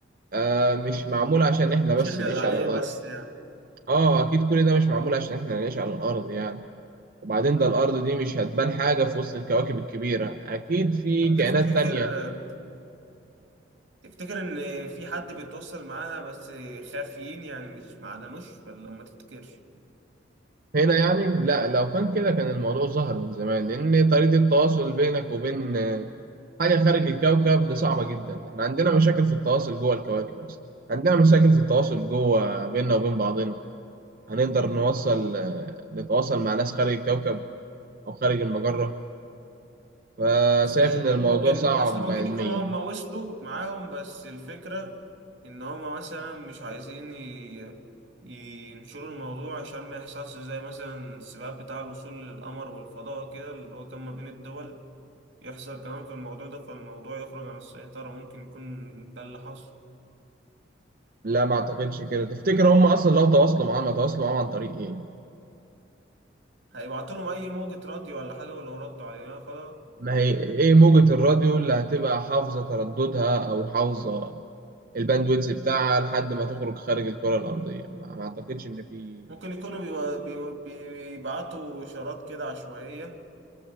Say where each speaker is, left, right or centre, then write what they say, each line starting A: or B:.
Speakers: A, on the right (about 50°); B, on the right (about 75°).
A: آه مش معمول عشان إحنا
B: مش
A: بس
B: إحنا
A: نعيش
B: اللي عليه
A: على الأرض
B: بس يعني
A: آه أكيد كل ده مش معمول عشان إحنا نعيش على الأرض يعني وبعدين ده الأرض دي مش هتبان حاجة في وسط الكواكب الكبيرة أكيد في
B: طب
A: كائنات
B: تفتكر
A: تانية
B: آه، تفتكر إن في حد بيتواصل معاها بس خافيين يعني مش معلنوش ولا ما تفتكرش؟
A: هنا يعني لا لو كان كده كان الموضوع ظهر من زمان لأن طريقة التواصل بينك وبين آه، حاجة خارج الكوكب دي صعبة جدا احنا عندنا مشاكل في التواصل جوه الكواكب أصلا عندنا مشاكل في التواصل جوه بيننا وبين بعضنا هنقدر نوصل آه، نتواصل مع ناس خارج الكوكب أو خارج المجرة فشايف
B: اصل
A: إن الموضوع
B: ممكن
A: صعب
B: اصل ممكن
A: علميا
B: يكون هم وصلوا معاهم بس الفكرة ان هم مثلا مش عايزين ي... ينشروا الموضوع عشان ما يحصلش زي مثلا السباق بتاع الوصول للقمر والفضاء كده اللي هو كان ما بين الدول يحصل كمان في الموضوع ده فالموضوع يخرج عن السيطرة ممكن يكون ده اللي حصل
A: لا ما أعتقدش كده تفتكر هم أصلا لو تواصلوا معاهم هيتواصلوا معاهم عن طريق إيه؟
B: هيبعتوا لهم اي موجة راديو ولا حاجة ولو ردوا علينا خلاص
A: ما هي ايه موجة الراديو اللي هتبقى حافظة ترددها او حافظة الباندويتس بتاعها لحد ما تخرج خارج الكرة الأرضية ما ما أعتقدش إن في
B: ممكن يكونوا بيو- بيو- بيبعتوا إشارات كده عشوائية